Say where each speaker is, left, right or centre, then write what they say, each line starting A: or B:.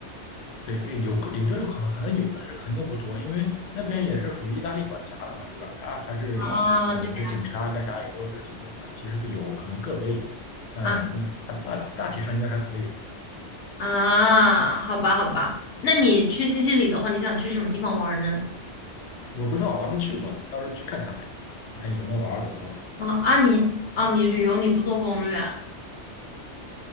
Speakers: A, on the left (about 60°); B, on the left (about 75°).
A: 对这有有这种可能，可能有，但是肯定不多，因为那边也是属于意大利管辖的嘛，对吧？他还是呃，
B: 啊，对
A: 你说警察干啥也都是挺正常，其实有可能个别有，嗯，
B: 啊
A: 那大大大体上应该还可以。
B: 啊，好吧好吧。那你去西西里的话，你想去什么地方玩呢？
A: 我不知道，我还没去过呢，到时候去看看呗，你看有什么玩儿的都。
B: 啊啊，你啊你旅游你不做攻略啊？